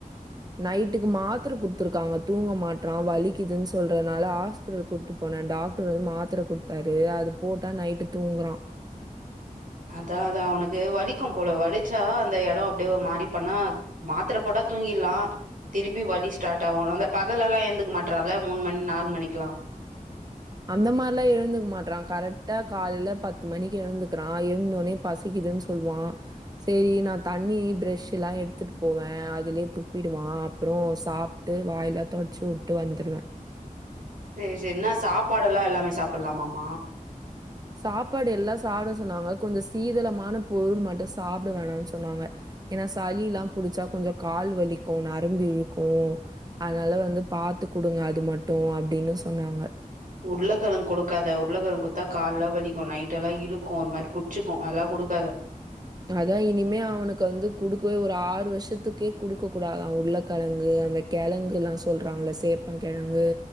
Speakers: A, on the right (about 25°); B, on the right (about 65°).
A: நைட்டுக்கு மாத்ர குட்த்துருக்காங்க தூங்க மாட்ரா வலிக்குதுன்னு சொல்றனால ஆஸ் ஹாஸ்பிடல் கூட்டு போனே டாக்டர் வந்து மாத்ர குடுத்தாரு அது போட்டா நைட்டு தூங்குறா
B: அதா அது அவனுக்கு வலிக்கும் போல வலிச்சா அந்த எட அப்டியே ஒரு மாரி பண்ணா மாத்ர போட்டா தூங்கிர்லா திருப்பி வலி ஸ்டார்ட் ஆகு அந்த பகல்லலா எந்துக்க மாட்றான்ல மூணு மணி நாலு மணிக்குலா
A: அந்த மாரிலா எழுந்துக்க மாட்றா கரெக்டா காலைல பத்து மணிக்கு எழுந்துக்குறா எழுந்தோனே பசிக்குதுன்னு சொல்வா செரி நா தண்ணி பிரஷுலா எடுத்துட்டு போவே அதுலயே துப்பிடுவா அப்புறோ சாப் ட்டு வாயிலா தொட்ச்சு வுட்டு வந்துருவ
B: செரி செரி இன்ன சாப்பாடுல்லா எல்லாமே சாப்லாமாமா
A: சாப்பாடு எல்லா சாப்ட சொன்னாங்க கொஞ்சோ சீதளமான பொருள் மட்டு சாப்ட வேணானு சொன்னாங்க ஏன்னா சளிலா புடிச்சா கொஞ்சோ கால் வலிக்கு நரம்பு இழுக்கு அதனால வந்து பாத்து குடுங்க அது மட்டு அப்டின்னு சொன்னாங்க
B: உருளகெழங்கு குடுக்காத உருளகெழங்கு குத்தா கால்லா வலிக்கு நைட் எல்லா இழுக்கு ஒரு மாரி புடிச்சிக்கு அதெல்லா குடுக்காத
A: அதா இனிமே அவனுக்கு வந்து குடுக்கவே ஒரு ஆறு வருஷத்துக்கே குடுக்க கூடாதா உருளகெழங்கு அந்த கெழங்குல்லா சொல்றாங்கள சேப்பன் கெழங்கு